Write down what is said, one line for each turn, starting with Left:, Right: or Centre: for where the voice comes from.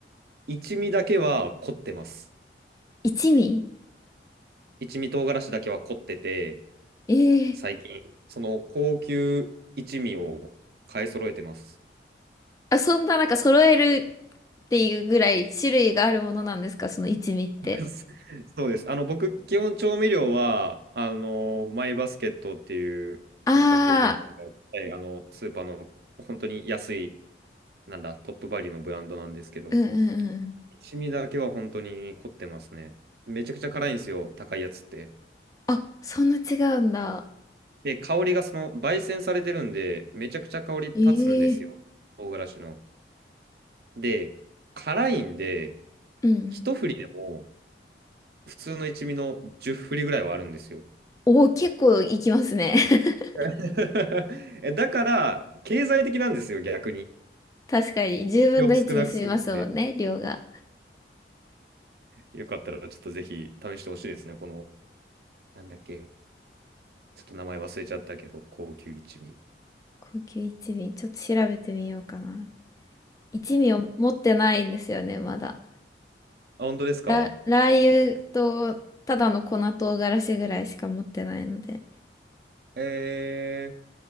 Right: 一味だけは凝ってます。
Left: 一味
Right: 一味唐辛子だけは凝ってて、
Left: ええ
Right: 最近その高級一味を買い揃えてます。
Left: あ、そんななんか揃えるっていうぐらい種類があるものなんですかその一味って。
Right: <laughs> そうです。あの僕基本調味料はあのマイバスケットっていう、
Left: ああ、
Right: まあ、関東圏の、はいあのスーパーの本当に安いなんだ、トップバリューのブランドなんですけど、
Left: うんうんうん
Right: 一味だけは本当に凝ってますね。めちゃくちゃ辛いんですよ、高いやつって。
Left: あ、そんな違うんだ。
Right: で、香りがその、焙煎されてるんで、めちゃくちゃ香り立つんですよ、
Left: ええ
Right: 唐辛子の。で、辛いんで、
Left: うんうん。
Right: 一振りでも、普通の一味の10振りぐらいはあるんですよ。
Left: おお、結構いきますね。<laughs>
Right: <laughs> えだから、経済的なんですよ、逆に。
Left: 確かに。10分の1で済みますもんね、
Right: 量少なく済むんで。
Left: 量が。
Right: よかったら、ちょっとぜひ試してほしいですね、この、なんだっけ、ちょっと名前忘れちゃったけど、高級一味。
Left: 高級一味、ちょっと調べてみようかな。一味を持ってないんですよね、まだ。
Right: あ、本当ですか
Left: ラ、ラー油と、ただの粉唐辛子ぐらいしか持ってないので。
Right: えー、